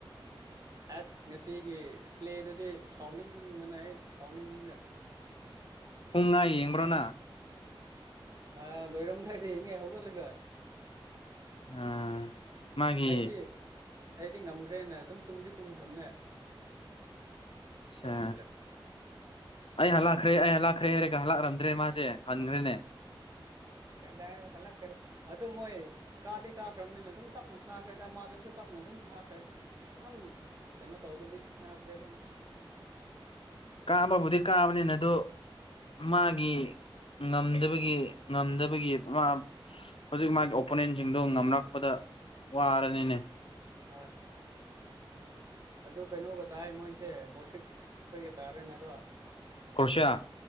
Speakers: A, on the right; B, on the left.
A: ꯑꯁ ꯉꯁꯤꯒꯤ ꯄ꯭ꯂꯦꯗꯨꯗꯤ ꯁꯥꯎꯅꯤꯡꯕꯅ ꯑꯩ ꯁꯥꯎꯅꯤꯡꯕꯅ
B: ꯄꯨꯡꯉꯥ ꯌꯦꯡꯕ꯭ꯔꯣ ꯅ
A: ꯑꯥ ꯂꯣꯏꯔꯝꯗꯥꯏꯗ ꯌꯦꯡꯉꯦ ꯍꯧꯒꯠꯂꯒ
B: ꯑꯥ ꯃꯥꯒꯤ
A: ꯑꯩꯗꯤ ꯑꯩꯗꯤ ꯉꯝꯈ꯭ꯔꯦꯅ ꯑꯗꯨꯝ ꯇꯨꯝꯗꯤ ꯇꯨꯝꯈ꯭ꯔꯝꯅꯦ
B: ꯑꯠꯁꯥ
A: ꯌꯥꯗ꯭ꯔꯦ
B: ꯑꯩ ꯍꯥꯂꯛꯈ꯭ꯔꯦ ꯑꯩ ꯂꯥꯛꯈ꯭ꯔꯦ ꯍꯥꯏꯔꯦꯒ ꯍꯂꯥꯛꯔꯝꯗ꯭ꯔꯦ ꯃꯥꯁꯦ ꯍꯟꯒ꯭ꯔꯦꯅꯦ
A: ꯀꯗꯥꯏ ꯍꯜꯂꯛꯀꯦꯗ ꯑꯗꯨ ꯃꯣꯏ ꯀꯥꯗꯤ ꯀꯥꯈ꯭ꯔꯝꯅꯤꯅ ꯑꯗꯨꯝ ꯇꯞꯅ ꯁꯅꯥꯈ꯭ꯔꯦꯗ ꯃꯥꯗꯨꯁꯨ ꯇꯞꯅ ꯑꯗꯨꯝ ꯁꯨꯅꯥꯈ꯭ꯔꯦꯗ ꯌꯥꯝ ꯀꯩꯅꯣ ꯇꯧꯗꯕꯤꯗ ꯁꯅꯥꯗ꯭ꯔꯦꯕ ꯑꯃꯨꯛ
B: ꯀꯥꯕꯕꯨꯗꯤ ꯀꯥꯕꯅꯤꯅ ꯑꯗꯨ ꯃꯥꯒꯤ ꯉꯝꯗꯕꯒꯤ ꯉꯝꯗꯕꯒꯤ ꯃꯥ ꯍꯧꯖꯤꯛ ꯃꯥꯒꯤ ꯑꯣꯄꯟ ꯏꯟꯖꯤꯟꯗꯣ ꯉꯝꯂꯛꯄꯗ ꯋꯥꯔꯅꯤꯅꯦ
A: ꯍꯣꯏ ꯑꯗꯨ ꯀꯩꯅꯣꯒ ꯇꯥꯏ ꯃꯣꯏꯁꯦ ꯃꯣꯇ꯭ꯔꯤꯛ ꯈꯣꯏꯒ ꯇꯥꯔꯦꯅ ꯑꯗꯣ
B: ꯀꯣꯔꯁꯤꯌꯥ